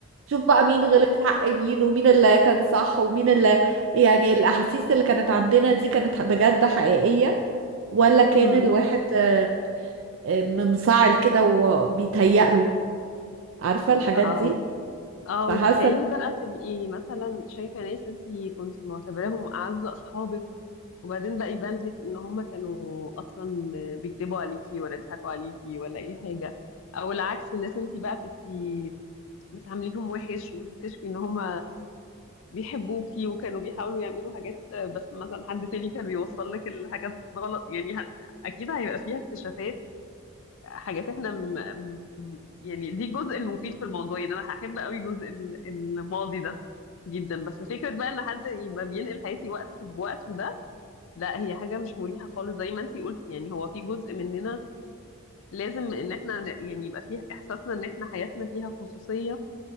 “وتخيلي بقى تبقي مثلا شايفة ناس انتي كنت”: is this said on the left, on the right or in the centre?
Left